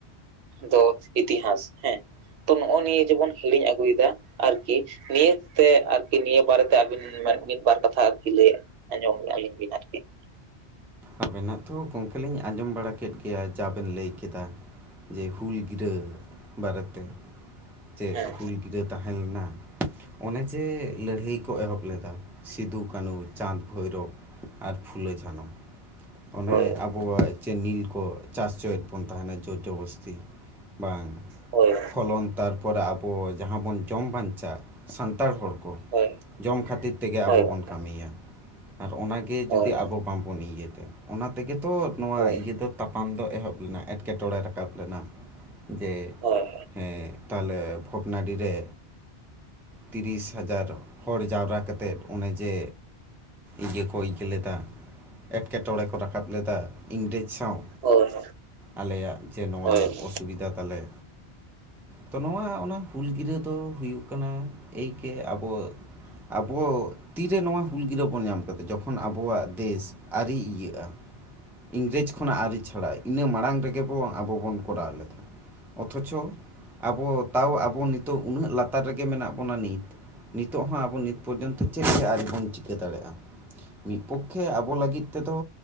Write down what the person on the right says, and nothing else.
ᱫᱚ ᱤᱛᱤᱦᱟᱥ ᱦᱮᱸ ᱛᱚ ᱱᱚᱜᱼᱚᱭ ᱱᱤᱭᱟᱹ ᱡᱮᱵᱚᱱ ᱦᱤᱲᱤᱧ ᱟᱹᱜᱩᱭᱮᱫᱟ ᱟᱨᱠᱤ ᱱᱤᱭᱟᱹ ᱛᱮ ᱟᱨᱠᱤ ᱱᱤᱭᱟᱹ ᱵᱟᱨᱮᱛᱮ ᱟᱹᱵᱤᱱ ᱢᱤᱫ ᱵᱟᱨ ᱠᱟᱛᱷᱟ ᱟᱨᱠᱤ ᱞᱟᱹᱭ ᱟᱸᱡᱚᱢᱞᱤᱧ ᱵᱤᱱ ᱟᱨᱠᱤ <inaudible>
ᱦᱮᱸ
ᱦᱳᱭ
ᱦᱳᱭ
ᱦᱳᱭ
ᱦᱳᱭ
ᱜᱚᱝᱠᱮ
ᱦᱳᱭ
ᱦᱳᱭ
ᱦᱳᱭ ᱦᱳᱭ
ᱦᱳᱭ
ᱦᱳᱭ